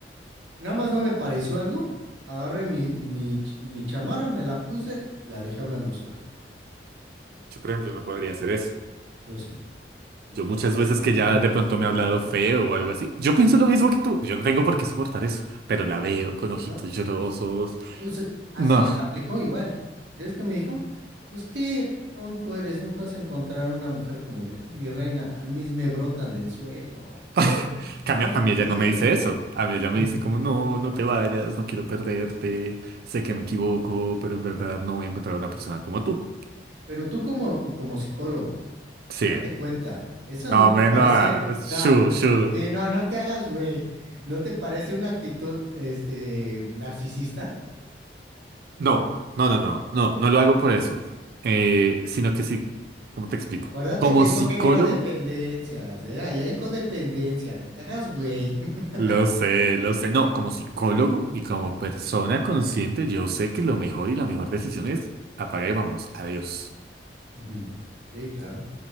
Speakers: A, on the right; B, on the right.
A: Nada más no me pareció algo. Agarré mi, mi, ch- mi chamarra, me la puse, la dejé hablando sola.
B: yo por ejemplo no podría hacer eso.
A: Yo sí. Dije,
B: Yo muchas
A: güey,
B: veces
A: yo
B: que
A: no tengo
B: ya
A: por
B: de pronto
A: qué soportarte.
B: me ha hablado feo o algo así, yo pienso lo mismo que tú. Yo no tengo por qué soportar eso, pero la veo con ojitos
A: No,
B: llorosos.
A: pues, eh, así
B: No,
A: me la aplicó igual. ¿Y ¿Sabes qué me dijo? Pues qué tonto eres, no te vas a encontrar una mujer como yo. Mi reina, a mí me brotan del suelo.
B: <laughs> Que A
A: ¿Cómo
B: mí, a mí
A: crees?
B: ella no me dice eso. A mí
A: <laughs>
B: ella me dice como, no, no te vayas, no quiero perderte, sé que me equivoco, pero en verdad no voy a encontrar una persona como tú.
A: Pero tú como, como psicólogo,
B: Sí.
A: date cuenta, ¿eso
B: No,
A: no te
B: me,
A: parece...
B: no, shu,
A: Ah,
B: shu.
A: sí, no, no te hagas, güey. ¿No te parece una actitud, este, narcisista?
B: No, no, no, no, no, no lo hago por eso. Eh, sino que sí, ¿cómo te explico?
A: Acuérdate
B: Como
A: que eso
B: psicólogo,
A: genera dependencias, ¿eh? Ahí hay codependencia, no te hagas güey. <laughs>
B: lo sé, lo sé. No, como psicólogo y como
A: Ujú.
B: persona consciente, yo sé que lo mejor y la mejor decisión es apagar y vámonos. Adiós.
A: Ujú. Sí, claro.